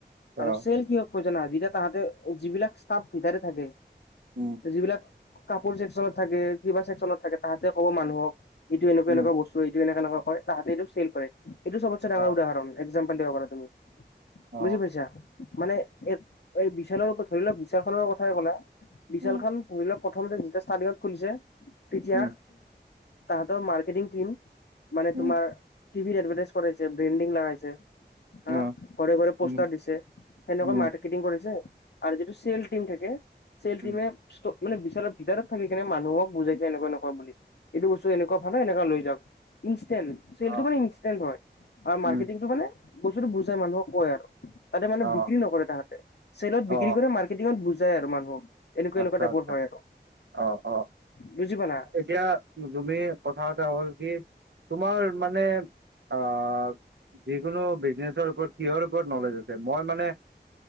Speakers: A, on the right (about 80°); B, on the left (about 70°).
A: অ
B: আৰু চেল কিহক কয় জানা যেতিয়া তাহাতে যিবিলাক ষ্টাফ ভিতৰে থাকে
A: উম।
B: যিবিলাক কাপোৰ চেকচনত থাকে কিবা চেকচনত থাকে, তাহাতে ক'ব মানুহক এইটো এনেকুৱা
A: উম
B: এনেকুৱা বস্তু। এইটো এনেকা এনেকা কয়, তাহাতি এইটো ছেল কৰে, এইটো সবচে ডাঙৰ
A: অ
B: উদাহৰণ একজাম্পল দিব পাৰা তুমি।
A: অ
B: বুজি পাইছা মানে এ এই বিশালৰ, ধৰি লওক বিশালখনৰ কথাই কলা। বিশাল
A: উম
B: খন পহিলা প্ৰথমতে যেতিয়া ষ্টাৰটিঙত খুলিছে তেতিয়া
A: উম
B: তাহতৰ মাৰ্কেটিং টিম, মানে
A: উম
B: তোমাৰ টিভিত এডভাৰটাইজ কৰাইছে ব্ৰেণ্ডিং লগাইছে। হা
A: অ
B: ঘৰে ঘৰে পোষ্টাৰ
A: উম
B: দিছে, সেনেকুৱা
A: উম
B: মাৰ্কেটিং কৰিছে। আৰু যিটো চেল টিম থাকে চেল
A: উম
B: টিমে মানে বিশালৰ ভিতৰত থাকি কেনে মানুহক বুজাইছে এনেকুৱা এনেকুৱা বুলি। এইটো বস্তু এনেকুৱা ভালে এনেকা লৈ যাওক, ইনষ্টেণ্ট। চেলছটো
A: অ
B: মানে ইনচটেণ্ট হয়, মাৰ্কেটিঙটো
A: উম
B: মানে বস্তুটো বুজাই মানুহক কয় আৰু। তাতে মানে
A: অ
B: বিক্ৰী নকৰে তাহাঁতে, চেলত
A: অ
B: বিক্ৰী কৰে মাৰ্কেটিঙত বুজাই আৰু মানুহক। এনেকুৱা
A: আচ্ছা
B: এনেকুৱা টাইপৰ
A: আচ্ছা
B: হয় আৰু
A: অ অ
B: বুজি পালা।
A: এতিয়া তুমি কথা এটা হ'ল কি? তোমাৰ মানে, আহ যিকোনো বিজনেছৰ ওপৰত কিহৰ ওপৰত নলেজ আছে! মই মানে